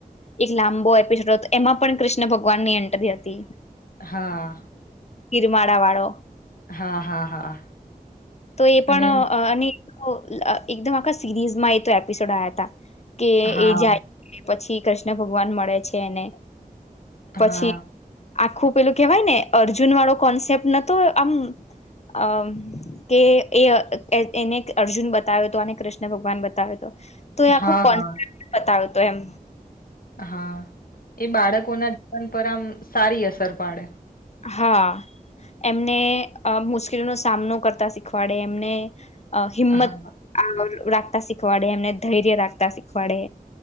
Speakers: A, on the left (about 45°); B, on the left (about 70°).
A: એક લાંબો એપિસોડ હતો એમાં પણ કૃષ્ણ ભગવાન ની એન્ટર હતી
B: હા
A: ગિરમાડા વાળો
B: હા હા હા
A: તો એ પણ
B: અને
A: અ અને અ એકદમ આખા સિરીઝમાં એ તો એપિસોડ આયા તા કે
B: હા
A: એ જાય પછી કૃષ્ણ ભગવાન મળે છે એને પછી
B: હા
A: આખું પેલું કેહેવાય ને અર્જુન વાળો કોન્સેપ્ટ નતો આમ અ કે એ એ એને અર્જુન બતાવ્યો હતો અને કૃષ્ણ ભગવાન બતાવ્યો હતો તો એ આખું
B: હા
A: કોન્ફિડ
B: હા
A: બતાવ્યું હતું એમ
B: હા એ બાળકોના જીવન પર આમ સારી અસર પાડે
A: હા એમને મુશ્કેલીનો સામનો કરતા શીખવાડે એમને હિંમત
B: હા
A: રાખતા શીખવાડે એમને ધૈર્ય રાખતા શીખવાડે